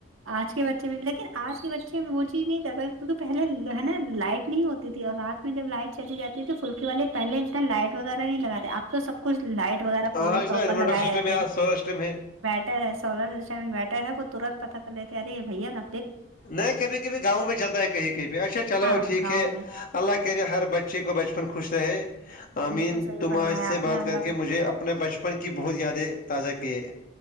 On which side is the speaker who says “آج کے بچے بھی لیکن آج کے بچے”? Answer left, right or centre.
Right